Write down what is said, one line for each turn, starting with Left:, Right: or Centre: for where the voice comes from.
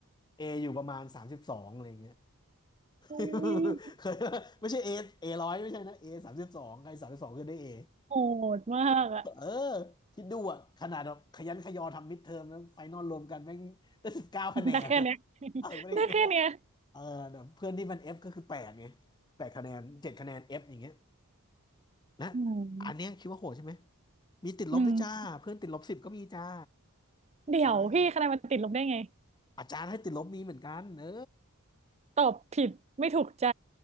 Left: A อยู่ประมาณสามสิบสองอะไรอย่างเงี้ย <laughs>
Right: โอุย
Left: เคยไม่ใช่ A A ร้อยไม่ใช่นะ A สามสิบสองใครสามสิบสองขึ้นได้ A
Right: โหดมากอะ
Left: เออคิดดูอะขนาดแบบขยันขยอทำมิดเทอมแล้วไฟนอลรวมกันแม่งได้สิบเก้าคะแนนอะ
Right: ได้แค่เนี้ย
Left: เออไม่ได้แค่นี้
Right: ได้แค่เนี้ย
Left: เออแต่เพื่อนที่มันเฟก็คือแปดไงแปดคะแนนเจ็ดคะแนนเอฟอย่างเงี้ยนะ
Right: อืม
Left: อันเนี้ยคิดว่าโหดใช่ไหมมีติดลบด้วยจ้าเพื่อนติดลบสิบก็มีจ้า
Right: อืมเดี๋ยวพี่คะแนนมันติดลบได้ไง
Left: อ่าอาจารย์ให้ติดลบมีเหมือนกันเออ
Right: ตอบผิดไม่ถูกใจ